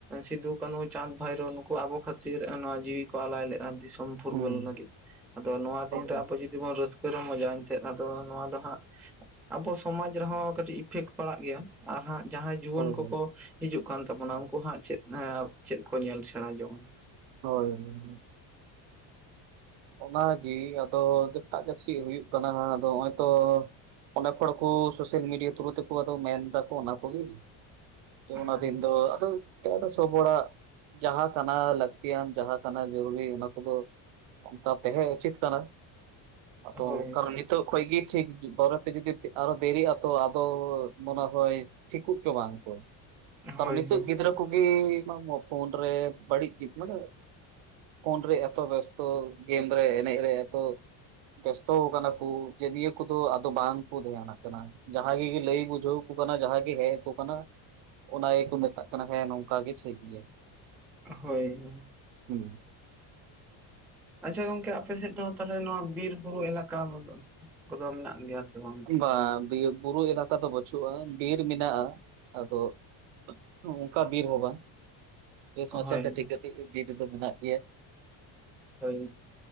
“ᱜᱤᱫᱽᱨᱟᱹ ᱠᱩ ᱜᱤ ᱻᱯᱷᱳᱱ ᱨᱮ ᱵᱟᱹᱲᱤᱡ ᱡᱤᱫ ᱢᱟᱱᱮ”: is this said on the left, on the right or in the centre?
Right